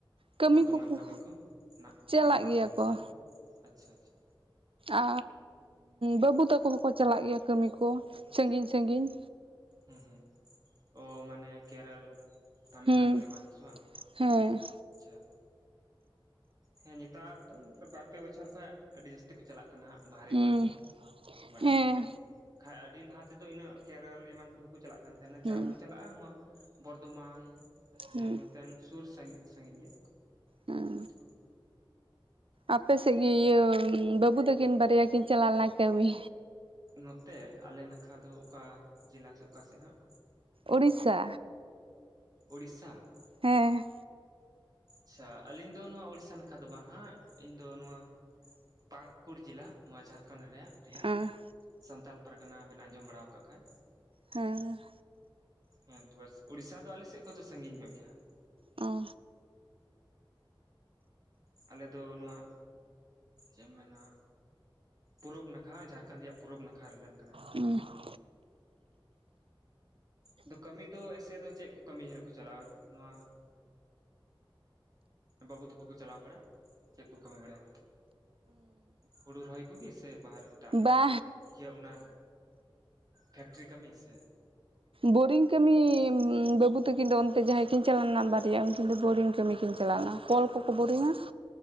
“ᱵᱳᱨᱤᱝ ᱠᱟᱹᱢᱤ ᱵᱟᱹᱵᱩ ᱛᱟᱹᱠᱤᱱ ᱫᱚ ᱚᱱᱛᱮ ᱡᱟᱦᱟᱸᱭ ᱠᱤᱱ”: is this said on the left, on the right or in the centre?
Right